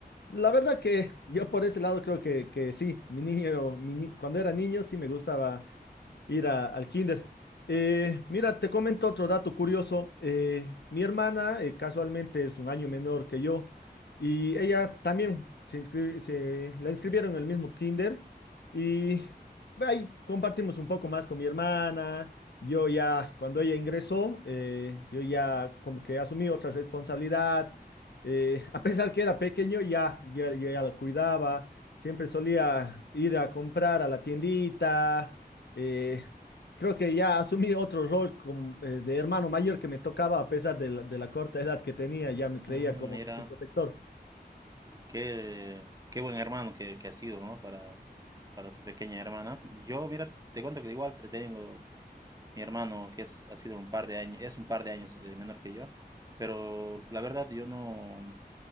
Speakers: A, on the left; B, on the right.
A: La verdad que yo por ese lado creo que, que sí, mi niño, mi ni- cuando era niño sí me gustaba ir a- al kinder. Eh, mira, te comento otro dato curioso. Eh, mi hermana eh, casualmente es un año menor que yo y ella también se inscri- se la inscribieron en el mismo kinder y ahí compartimos un poco más con mi hermana. Yo ya, cuando ella ingresó, eh, yo ya como que asumí otra responsabilidad. Eh, a pesar que era pequeño, ya, ya, ya la cuidaba. Siempre solía ir a comprar a la tiendita eh, creo que ya asumí otro rol como, eh, de hermano mayor que me tocaba a pesar de la, de la corta edad que tenía, ya me creía
B: Mm,
A: como
B: mira,
A: su protector.
B: qué, qué buen hermano que, que has sido, ¿no? Para, para tu pequeña hermana. Yo, mira, te cuento que igual te- tengo mi hermano que es, ha sido un par de años, es un par de años eh, menor que yo, pero la verdad yo no,